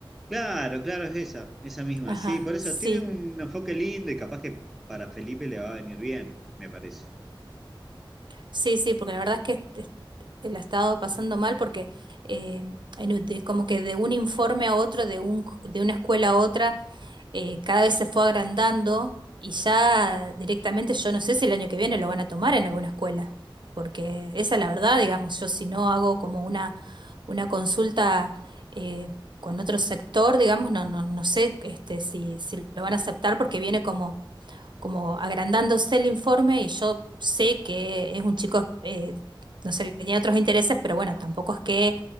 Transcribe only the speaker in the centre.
Claro, claro, es esa, esa misma.
Sí, por eso
tiene un enfoque lindo y capaz que para Felipe le va a venir bien, me parece.